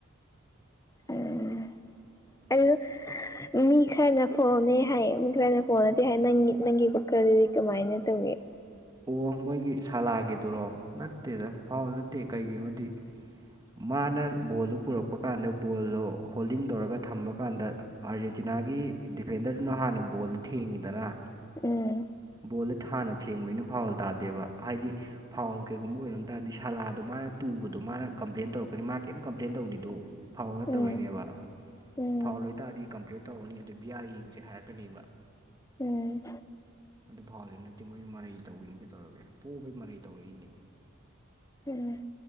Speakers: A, on the left (about 15°); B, on the right (about 20°).
A: ꯎꯝ ꯑꯗꯨ ꯃꯤ ꯈꯔꯅ ꯐꯣꯜꯃꯦ ꯍꯥꯏꯌꯦ ꯃꯤ ꯈꯔꯅ ꯐꯣꯜꯅꯇꯦ ꯍꯥꯏ ꯅꯪ ꯅꯪꯒꯤ <unintelligible> ꯗꯗꯤ ꯀꯃꯥꯏꯅ ꯇꯧꯏ
B: ꯑꯣ ꯃꯣꯏꯒꯤ ꯁꯥꯂꯥꯒꯤꯗꯨꯔꯣ ꯅꯠꯇꯦꯗ ꯐꯥꯎꯜ ꯅꯠꯇꯦ ꯀꯩꯒꯤꯅꯣꯗꯤ ꯃꯥꯅ ꯕꯣꯜꯗꯨ ꯄꯨꯔꯛꯄ ꯀꯥꯟꯗ ꯕꯣꯜꯗꯣ ꯍꯣꯜꯗꯤꯡ ꯇꯧꯔꯒ ꯊꯝꯕ ꯀꯥꯟꯗ ꯑꯥꯔꯖꯦꯟꯇꯤꯅꯥꯒꯤ ꯗꯤꯐꯦꯟꯗꯔꯗꯨꯅ ꯍꯥꯟꯅ ꯕꯣꯜꯗꯨ ꯊꯦꯡꯉꯤꯗꯅ
A: ꯎꯝ
B: ꯕꯣꯜꯗ ꯍꯥꯟꯅ ꯊꯦꯡꯕꯅꯤꯅ ꯐꯥꯎꯜ ꯇꯥꯗꯦꯕ ꯍꯥꯏꯗꯤ ꯐꯥꯎꯜ ꯀꯩꯒꯨꯝꯕ ꯑꯣꯏꯔꯝ ꯇꯥꯔꯗꯤ ꯁꯥꯂꯥꯗꯣ ꯃꯥꯅ ꯇꯨꯕꯗꯣ ꯃꯥꯅ ꯀꯝꯄ꯭ꯂꯦꯟ ꯇꯧꯔꯛꯀꯅꯤ ꯃꯥ ꯀꯩꯝ ꯀꯝꯄ꯭ꯂꯦꯟ ꯇꯧꯗꯗꯨꯣ ꯐꯥꯎꯜ ꯅꯠꯇꯕꯩꯅꯦꯕ
A: ꯎꯝ ꯎꯝ
B: ꯐꯥꯎꯜ ꯂꯣꯏ ꯇꯥꯔꯗꯤ ꯀꯝꯄ꯭ꯂꯦꯟ ꯇꯧꯔꯅꯤ ꯑꯗꯨꯗ ꯕꯤ ꯑꯔ ꯌꯦꯡꯁꯦ ꯍꯥꯏꯔꯛꯀꯅꯦꯕ
A: ꯎꯝ
B: ꯑꯗꯨ ꯐꯥꯎꯜꯗꯤ ꯅꯠꯇꯦ ꯃꯣꯏ ꯃꯔꯩ ꯇꯧꯋꯤꯅꯤ ꯀꯩ ꯇꯧꯔꯒꯦ ꯄꯣꯕꯩ ꯃꯔꯩ ꯇꯧꯔꯛꯏꯅꯦ
A: ꯎꯝ